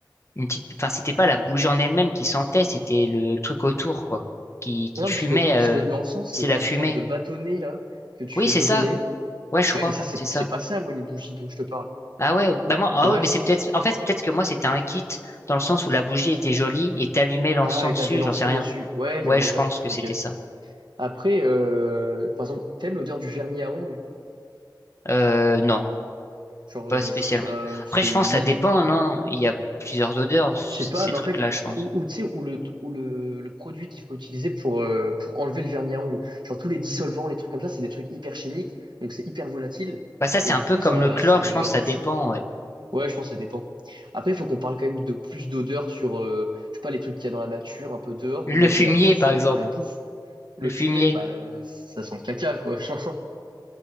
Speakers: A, on the left; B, on the right.
A: une petite, enfin, c'était pas la bougie en elle-même qui sentait, c'était le truc autour, quoi, qui, qui
B: Non,
A: fumait,
B: puisque, puisque
A: euh,
B: l'encens, c'est
A: c'est
B: genre
A: la
B: une
A: fumée.
B: sorte de bâtonnet, là, que tu
A: Oui,
B: fais
A: c'est
B: brûler.
A: ça. Ouais, je
B: Ouais,
A: crois,
B: mais ça, c'est
A: c'est ça.
B: c'est pas ça, moi, les bougies dont je te parle.
A: Ah ouais, ouais. bah moi, ah
B: Ouais,
A: ouais, mais
B: c'est...
A: c'est peut-être, en fait, peut-être que moi, c'était un kit dans le sens où la bougie était jolie et t'allumais l'encens
B: Ah, et
A: dessus,
B: t'avais l'encens
A: j'en sais rien.
B: dessus. Ouais, il
A: Ouais,
B: y a moyen.
A: je pense que
B: Ok.
A: c'était ça.
B: Après, euh, par exemple, t'aimes l'odeur du vernis à ongles?
A: Euh, non,
B: Genre, euh,
A: pas spécialement.
B: je trouve ça, c'est
A: Après, je pense
B: mid,
A: que ça dépend,
B: genre.
A: non? Il y a plusieurs odeurs, c-
B: Je sais pas,
A: ces
B: mais
A: trucs-là,
B: en fait,
A: je pense.
B: ou, ou tu sais, ou le, ou le, le produit qu'il faut utiliser pour, euh, pour enlever le vernis à ongles. Genre, tous les dissolvants, les trucs comme ça, c'est des trucs hyper chimiques, donc c'est hyper volatile.
A: Bah ça, c'est
B: Et du
A: un peu
B: coup,
A: comme
B: ça,
A: le chlore,
B: ça a une
A: je pense
B: odeur
A: que
B: de
A: ça
B: fou.
A: dépend, ouais.
B: Ouais, je pense que ça dépend. Après, il faut qu'on parle quand même de plus d'odeur sur, euh, je sais pas, les trucs qu'il y a dans la nature, un peu dehors,
A: Le
B: ou même
A: fumier,
B: de la bouffe,
A: par
B: frère.
A: exemple.
B: La bouffe, le
A: Le
B: fumier,
A: fumier.
B: bah, ça sent le caca, quoi. <laughs> genre.